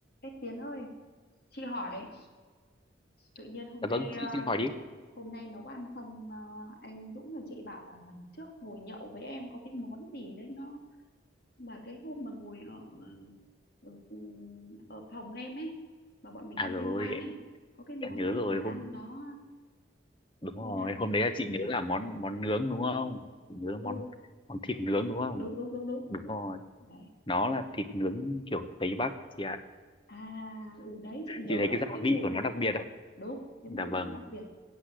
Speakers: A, on the left; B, on the left.
A: Ê Tiến ơi, chị hỏi tự nhiên hôm
B: Dạ
A: nay
B: vâng,
A: ờ,
B: chị chị hỏi đi.
A: hôm nay nấu ăn xong ờ, anh Dũng và chị bảo là lần trước ngồi nhậu với em có cái món gì đấy nó mà cái hôm mà ngồi ở ở, ừ, ở phòng em ấy mà bọn mình
B: À
A: ăn
B: rồi,
A: liên hoan
B: em
A: ấy có cái món
B: em nhớ
A: gì
B: rồi,
A: mà ăn
B: hôm
A: nó
B: đúng rồi,
A: như nào
B: hôm
A: nhỉ?
B: đấy là chị nhớ là món món nướng đúng không? Chị nhớ là món
A: Ừ,
B: món thịt
A: cách
B: nướng
A: cách
B: đúng không?
A: đúng đúng đúng đúng
B: Đúng rồi,
A: đấy.
B: nó là thịt nướng kiểu Tây Bắc chị ạ.
A: À ừ đấy chị nhớ
B: Chị thấy
A: là
B: cái gia
A: có cái mùi
B: vị của
A: nó
B: nó đặc
A: rất
B: biệt
A: là
B: ạ.
A: đúng cái
B: Dạ
A: mùi
B: vâng,
A: nó đặc biệt.